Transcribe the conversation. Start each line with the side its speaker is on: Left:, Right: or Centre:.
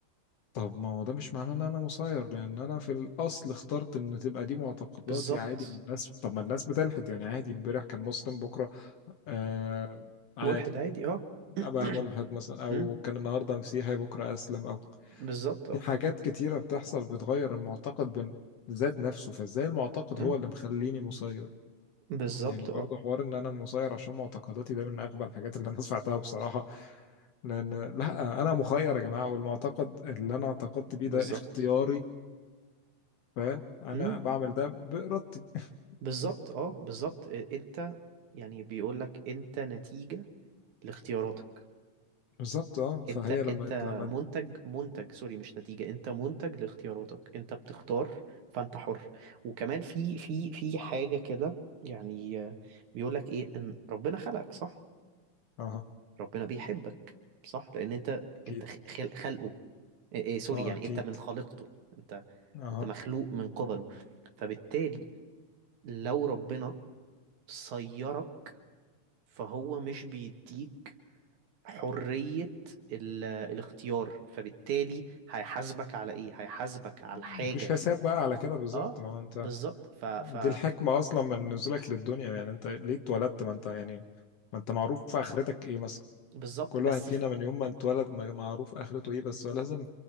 Left: طب ما هو ده مش معناه ان انا مسير لان انا في الاصل اخترت ان تبقى دي معتقداتي
Right: بالظبط
Left: عادي من الناس طب ما الناس بتلحد يعني عادي امبارح كان مسلم بكره آه عادي
Right: ملحد عادي اه <clears throat>
Left: ابقى ملحد مثلا او
Right: مم.
Left: كان النهارده مسيحي بكره اسلم او
Right: بالظبط اه
Left: في حاجات كتيره بتحصل بتغير المعتقد بن- ذات نفسه فازاي المعتقد
Right: مم.
Left: هو اللي مخليني مسير
Right: بالظبط
Left: يعني برضه
Right: اه
Left: حوار ان انا مسير عشان معتقداتي ده من اغبى الحاجات اللي انا سمعتها بصراحه لان لا انا مخير يا جماعه والمعتقد اللي انا اعتقدت
Right: بالظبط
Left: بيه ده اختياري فانا
Right: مم.
Left: بعمل ده بارادتي <laughs>
Right: بالظبط اه بالظبط إيه، انت يعني بيقول لك انت نتيجة لاختياراتك
Left: بالظبط اه فهي
Right: انت انت
Left: لما لما
Right: منتج منتج سوري مش نتيجة انت منتج لاختياراتك انت بتختار فانت حر وكمان في في في حاجة كده يعني آه، بيقولك ايه ان ربنا خلقك صح
Left: اه
Right: ربنا بيحبك صح لان انت
Left: اكيد
Right: انت خل- خلقه إيه إيه سوري
Left: اه
Right: يعني
Left: اكيد
Right: انت من خالقته انت
Left: اه
Right: انت مخلوق من قبله فبالتالي لو ربنا صيرك فهو مش بيديك حرية ال- الاختيار فبالتالي هيحاسبك على ايه هيحاسبك على
Left: مفيش
Right: حاجة
Left: حساب بقى على كده بالظبط
Right: اه
Left: ما هو انت
Right: بالظبط ف ف
Left: دي الحكمة اصلا من نزولك للدنيا يعني انت ليه اتولدت ما انت يعني ما انت معروف اخرتك ايه مثلا
Right: بالظبط
Left: كل
Right: بس
Left: واحد فينا
Right: في
Left: من يوم ما اتولد ما- معروف اخرته ايه بس هو لازم